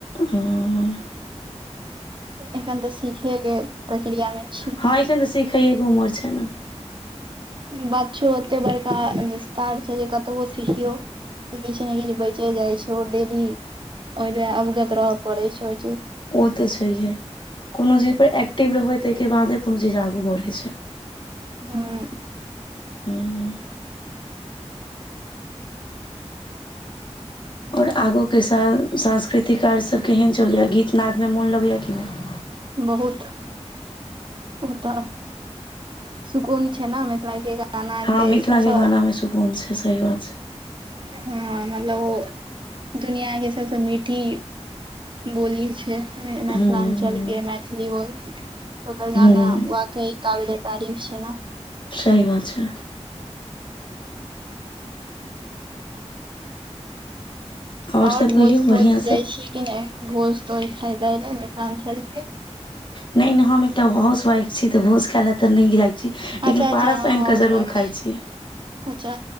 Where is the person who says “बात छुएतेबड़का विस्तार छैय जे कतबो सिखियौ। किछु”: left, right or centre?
Right